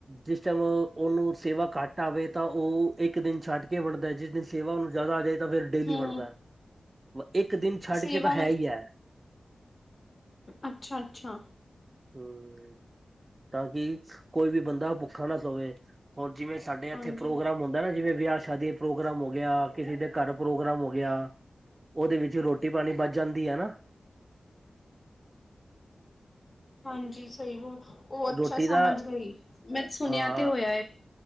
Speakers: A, on the right; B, on the left.
A: ਜਿਸ ਟਾਈਮ ਉਹਨੂੰ ਸੇਵਾ ਘੱਟ ਆਵੇ ਤਾਂ ਉਹ ਇੱਕ ਦਿਨ ਛੱਡ ਕੇ ਵੰਡਦਾ, ਜਿਸ ਦਿਨ ਸੇਵਾ ਉਹਨੂੰ ਜ਼ਿਆਦਾ ਆ ਜਾਵੇ। ਤਾਂ ਫਿਰ ਡੇਲੀ
B: ਹੂੰ
A: ਬਣਦਾ, ਇੱਕ ਦਿਨ ਛੱਡ
B: ਸੇਵਾ
A: ਕੇ ਤਾਂ ਹੈ ਹੀ ਐ।
B: ਅੱਛਾ-ਅੱਛਾ।
A: ਹੂੰ, ਤਾਂ ਕਿ ਕੋਈ ਵੀ ਬੰਦਾ ਭੁੱਖਾ ਨਾ ਸੋਵੇ, ਓਰ ਜਿਵੇਂ ਸਾਡੇ ਇੱਥੇ
B: ਹਾਂਜੀ
A: ਪ੍ਰੋਗਰਾਮ ਹੁੰਦਾ ਨਾ, ਜਿਵੇਂ ਵਿਆਹ ਸ਼ਾਦੀ ਪ੍ਰੋਗਰਾਮ ਹੋ ਗਿਆ, ਕਿਸੇ ਦੇ ਘਰ ਪ੍ਰੋਗਰਾਮ ਹੋ ਗਿਆ। ਉਹਦੇ ਵਿੱਚ ਰੋਟੀ-ਪਾਣੀ ਬਚ ਜਾਂਦੀ ਹੈ ਨਾ?
B: ਹਾਂਜੀ, ਸਹੀ ਵ, ਉਹ ਅੱਛਾ
A: ਰੋਟੀ ਦਾ
B: ਸਮਝ ਗਈ ਮੈਂ ਸੁਣਿਆ
A: ਹਾਂ
B: ਤੇ ਹੋਇਆ।